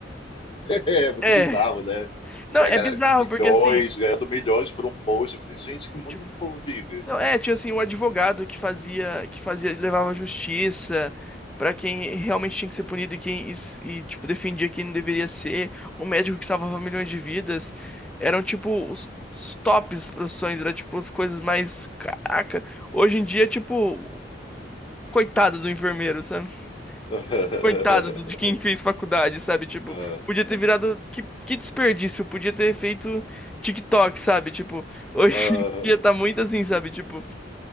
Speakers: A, on the left; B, in the centre.
A: É muito
B: é.
A: bizarro, né?
B: Não,
A: Ver
B: é
A: a galera
B: bizarro,
A: com milhões,
B: porque assim,
A: ganhando milhões por um post. Eu falei, gente, que mundo
B: tipo,
A: esse povo vive?
B: não, é, tinha assim, o advogado que fazia, que fazia, levava justiça pra quem realmente tinha que ser punido e quem, e, e, tipo, defendia quem não deveria ser. O médico que salvava milhões de vidas. Eram, tipo, os, os tops profissões, era, tipo, as coisas mais, caraca. Hoje em dia, tipo, coitado do enfermeiro, sabe?
A: <laughs>
B: Coitado do- de quem fez faculdade, sabe? Tipo,
A: Ah,
B: podia ter virado. Que, que desperdício, podia ter feito TikTok, sabe? Tipo, hoje
A: ah,
B: em <laughs> dia tá muito assim, sabe? Tipo,